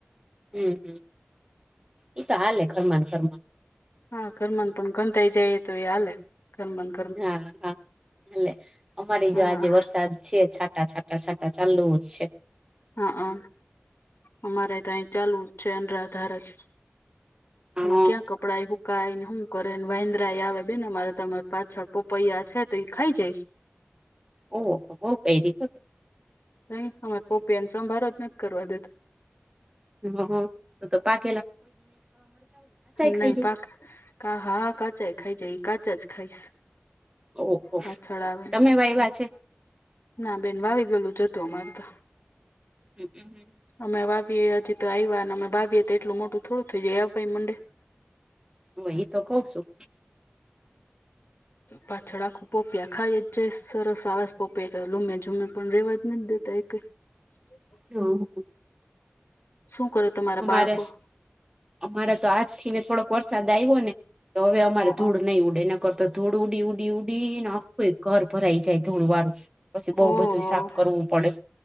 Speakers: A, on the right (about 20°); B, on the left (about 70°).
A: હું હું ઈ તો હાલે ઘર માં ને ઘર માં....
B: હા <inaudible> પણ ગંધાય જાયે તોયે હાલે <inaudible>
A: ના હા લે અમારી
B: હા
A: જો આજે વરસાદ છે છાટા છાટા... છાટા છાટા ચાલુ જ છે.
B: હા અ અમારે... તઈ ચાલુ છે અનરાધાર જ
A: હા
B: માં ક્યાં કપડા એ હું.. કાયને હું કરેને વાંદરા યે આવે બેન અમારે તો મારી પાછળ પપૈયા છે તો એ ખાઈ જઈશ.
A: ઓ હો પેરી...
B: તઇ અમા પપૈયાનો સંભાર નથી કરવા દેતો.
A: હ તો તો પા...
B: નહી
A: ખાઈ જાય
B: પાકા હા કાચા ઈ ખાઈ જાય કાચા... કાચા જ ખાઈશ
A: ઓહો
B: પાછળ આવે.
A: તમે વાયવા છે
B: ના બેન વાવી ગેલું જતું અમારે તો...
A: હમ હમ...
B: અમે વાવીએ હજી તો આવ્યાને અમે વાવીએ તો એટલું મોટું થોડું થઈ જાય આવાય મંડે...
A: હ એ તો કઉ છું.
B: પાછળ આખું પપૈયા ખાઈ જ જાય સરસ આવાસ પપૈયા તો લૂમે જુમે પણ રેવા જ નથી દેતા એકેઈ... <inaudible>
A: હમ.
B: શું કરે તમારા
A: અમારે
B: બાળકો?
A: અમારે તો આજ થી થોડોક વરસાદ આવ્યો ને તો હવે અમારે
B: હઅ
A: ધૂળ નહી ઉડે નકર તો ધૂળ ઉડી ઉડી... ઉડી ઉડી ને આખું ઘર ભરાઈ જાય ધુલ વાડુ... પછી બહુ
B: ઓહો
A: બધું સાફ કરવું પડે